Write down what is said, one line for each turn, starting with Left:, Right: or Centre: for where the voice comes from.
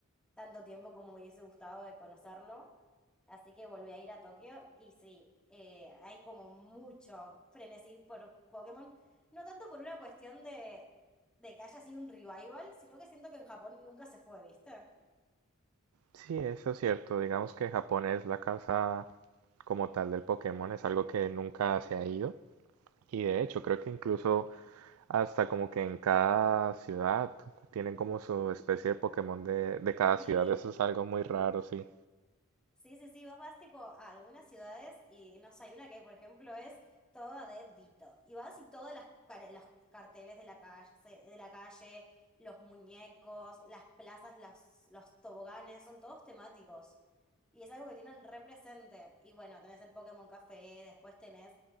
Centre: tanto tiempo como me hubiese gustado de conocerlo. Así que volví a ir a Tokio y sí, eh, hay como mucho frenesí por Pokémon. No tanto por una cuestión de, de que haya sido un revival, sino que siento que en Japón nunca se fue, ¿viste?
Right: Sí, eso es cierto. Digamos que Japón es la casa como tal del Pokémon, es algo que nunca se ha ido. Y de hecho, creo que incluso hasta como que en cada ciudad tienen como su especie de Pokémon de, de cada
Centre: Sí,
Right: ciudad. Eso es algo muy raro, sí.
Centre: Sí, sí, sí, vos vas tipo a algunas ciudades y no sé, hay una que por ejemplo es toda de Dito. Y vas y todas las, care- las carteles de la calle, se- de la calle, los muñecos, las plazas, las, los toboganes, son todos temáticos. Y es algo que tienen represente. Y bueno, tenés el Pokémon Café, después tenés,